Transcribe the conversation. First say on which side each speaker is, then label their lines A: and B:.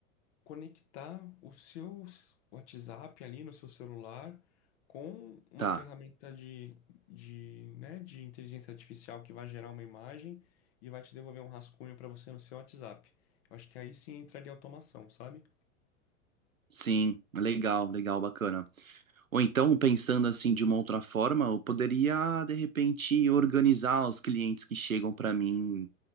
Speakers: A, on the left (about 50°); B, on the right (about 80°).
A: conectar o seu WhatsApp ali no seu celular com uma
B: tá.
A: ferramenta de, de, né, de inteligência artificial que vai gerar uma imagem e vai te devolver um rascunho para você no seu WhatsApp. Eu acho que aí sim entraria automação, sabe?
B: Sim, legal, legal, bacana. Ou então, pensando assim de uma outra forma, eu poderia de repente organizar os clientes que chegam para mim